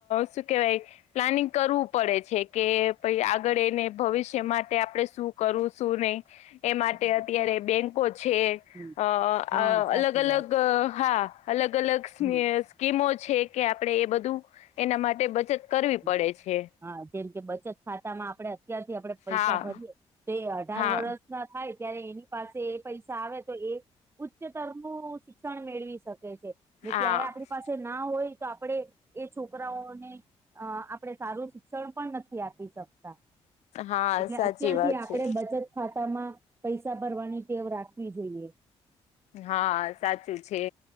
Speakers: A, on the left; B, on the right.
A: શું કેવાય, પ્લાનિંગ કરવું પડે છે કે ભઇ આગળ એને ભવિષ્ય માટે આપડે શું કરવુ શુ નઇ એ માટે
B: હમ
A: અત્યારે બેંકો છે
B: હમ
A: અ
B: હા
A: આ
B: સાચી
A: અલગ અલગ
B: વાત છે
A: હા અલગ અલગ સ્મી
B: હમ
A: સ્કીમો છે કે આપડે એ બધું એના માટે બચત કરવી
B: હમ
A: પડે છે.
B: હા, જેમ કે બચત ખાતામાં આપડે અત્યારથી આપડે પૈસા
A: હા
B: ભરીએ તે અઢાર
A: હા
B: વરષ પૂરા થાય ત્યારે એની પાસે એ પૈસા આવે તો એ ઉચ્ચતર નું શિક્ષણ મેળવી શકે ટે છે ને
A: હા
B: ત્યારે આપડી પાસે ના હોય તો આપડે, એ છોકરાઓને અ આપડે સારું શિક્ષણ પણ નથી આપી શકતા.
A: હા
B: એટલે
A: સાચી
B: અત્યારથી
A: વાત
B: આપડે
A: છે
B: બચત ખાતામાં, પૈસા ભરવાની ટેવ રાખવી જોઈએ.
A: હા સાચું છે.